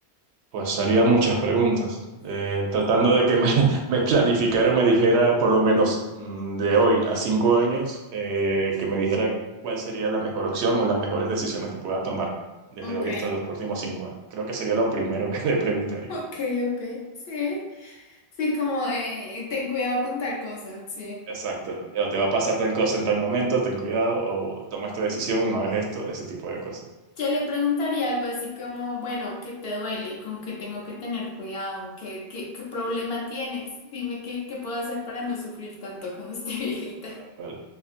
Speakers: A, on the right; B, on the left.
A: Pues haría muchas preguntas, eh, tratando de que me, <laughs> me planificara o me dijera, por lo menos mm, de hoy a cinco años, eh, que me dijera cuál sería la mejor opción o las mejores decisiones que pueda tomar desde
B: Ok,
A: hoy hasta los próximos cinco años. Creo que sería lo primero que <laughs> le preguntaría.
B: ok, ok, sí. Sí, como de, ten cuidado con tal cosa, sí.
A: Exacto. Eh, O te va a pasar tal cosa en tal momento, ten cuidado, o toma esta decisión, no hagas esto, ese tipo de cosas.
B: Yo le preguntaría algo así como, bueno, ¿qué te duele? ¿Con qué tengo que tener cuidado? ¿Qué, qué, qué problema tienes? Dime qué, qué puedo hacer para no sufrir tanto cuando esté <laughs> viejita.
A: Tal cual.